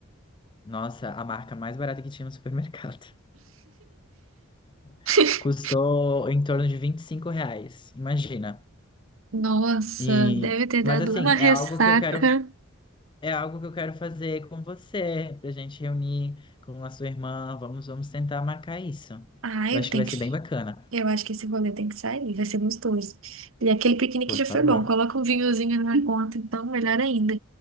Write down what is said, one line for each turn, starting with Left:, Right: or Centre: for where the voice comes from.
Left: Nossa, a marca mais barata que tinha no supermercado.
Right: <laughs>
Left: <laughs> Custou em torno de 25 reais, imagina.
Right: Nossa,
Left: E,
Right: deve ter
Left: mas
Right: dado
Left: assim,
Right: uma ressaca.
Left: é algo que eu quero, é algo que eu quero fazer com você, pra gente reunir com a sua irmã. Vamos, vamos tentar marcar isso.
Right: Ai,
Left: Eu acho
Right: tem
Left: que vai
Right: que.
Left: ser bem bacana.
Right: Eu acho que esse rolê tem que sair, vai ser gostoso. E aquele piquenique
Left: Por
Right: já
Left: favor.
Right: foi bom, coloca um vinhozinho na conta, então melhor ainda.